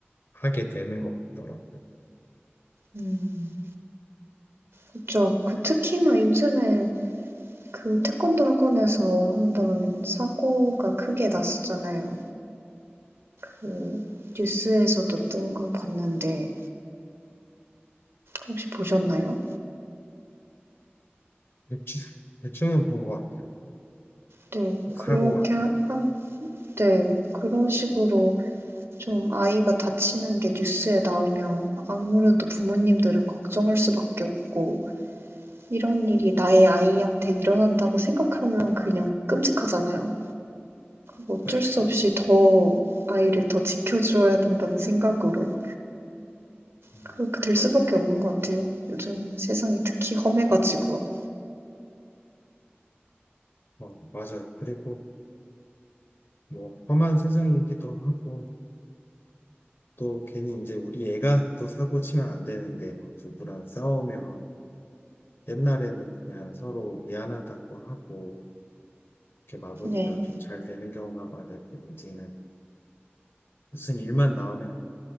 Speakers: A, on the left; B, on the right.
A: 하게 되는 것 같더라고요.
B: 음, 그쵸. 그 특히나 요즘에 그 태권도 학원에서 한번 사고가 크게 났었잖아요. 그 뉴스에서도 뜬 거 봤는데 혹시 보셨나요?
A: 대충, 대충은 본 것 같아요.
B: 네.
A: 뭐 사고
B: 그렇게
A: 같은 거.
B: 한, 네. 그런 식으로 좀 아이가 다치는 게 뉴스에 나오면 아무래도 부모님들은 걱정할 수밖에 없고 이런 일이 나의 아이한테 일어난다고 생각하면 그냥 끔찍하잖아요. 어쩔
A: 네,
B: 수
A: 네.
B: 없이 더 아이를 더 지켜줘야 된다는 생각으로
A: 음,
B: 그렇게 될
A: 맞아요.
B: 수밖에 없는 것 같아요. 요즘 세상이 특히 험해가지고.
A: 어, 맞아요. 그리고 뭐 험한 세상이기도 하고 또 괜히 이제 우리 애가 또 사고 치면 안 되는데 뭐 누구랑 싸우면 옛날에는 그냥 서로 미안하다고 하고 이렇게 마무리가
B: 네.
A: 좀 잘 되는 경우가 많은데 이제는 무슨 일만 나오면